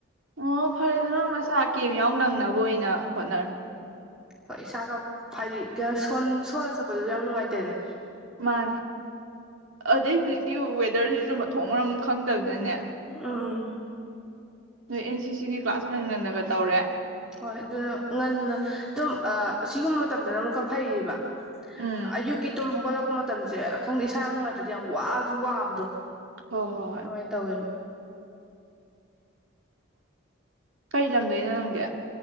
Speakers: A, on the right; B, in the centre.
A: ꯑꯣ ꯐꯔꯦꯗ ꯅꯪ ꯅꯁꯥ ꯀꯦꯝ ꯌꯥꯎ ꯅꯪꯅꯕ ꯑꯣꯏꯅ ꯍꯣꯠꯅꯔꯣ
B: ꯍꯣꯏ ꯏꯁꯥꯒ ꯄꯥꯏꯗꯤ ꯀ ꯁꯣꯟ ꯁꯣꯜꯂꯁꯨ ꯆꯠꯄꯗꯨꯁꯨ ꯌꯥꯝ ꯅꯨꯡꯉꯥꯏꯇꯦꯅ
A: ꯃꯥꯅꯦ ꯑ ꯑꯗꯩ ꯍꯧꯖꯤꯛꯇꯤ ꯋꯦꯗꯔꯁꯤꯁꯨ ꯃꯊꯣꯛ ꯃꯔꯝ ꯈꯪꯗꯕꯅꯤꯅꯅꯦ
B: ꯎꯝ
A: ꯅꯣꯏ ꯑꯦꯟ ꯁꯤ ꯁꯤꯒꯤ ꯀ꯭ꯂꯥꯁ ꯉꯟ ꯉꯟꯅꯒ ꯇꯧꯔꯦ
B: ꯍꯣꯏ ꯑꯗꯨꯅ ꯉꯟꯅ ꯑꯗꯨꯝ ꯑꯥ ꯑꯁꯤꯒꯨꯝꯕ ꯃꯇꯝꯗꯅ ꯑꯃꯨꯛ ꯈꯔ ꯐꯩꯌꯦꯕ
A: ꯎꯝ
B: ꯑꯌꯨꯛꯀꯤ ꯇꯨꯝ ꯍꯩꯒꯠꯂꯛꯄ ꯃꯠ ꯃꯇꯝꯁꯦ ꯈꯪꯗꯦ ꯏꯁꯥ ꯌꯥꯝ ꯅꯨꯡꯉꯥꯏꯇ꯭ꯔꯗꯤ ꯌꯥꯝ ꯋꯥꯁꯨ ꯋꯥꯕꯗꯣ
A: ꯍꯣꯏ ꯍꯣꯏ ꯍꯣꯏ
B: ꯑꯣꯏ ꯇꯧꯋꯦ
A: ꯀꯔꯤ ꯂꯝꯗꯩꯅꯣ ꯅꯪꯗꯤ